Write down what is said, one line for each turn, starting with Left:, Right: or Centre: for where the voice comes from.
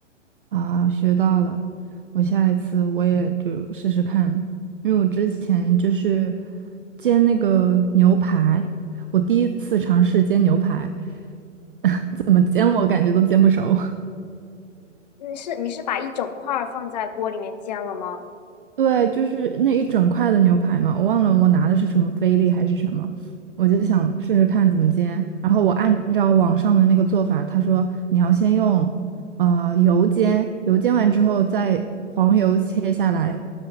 Right: 啊，学到了！我下一次我也就试试看，因为我之前就是煎那个牛排，我第一次尝试煎牛排，<laughs> 怎么煎我感觉都煎不熟。
Left: 你是你是把一整块儿放在锅里面煎了吗？
Right: 对，就是那一整块的牛排嘛，我忘了我拿的是什么菲力还是什么，我就想试试看怎么煎。然后我按照网上的那个做法，他说你要先用呃油煎，油煎完之后再黄油切下来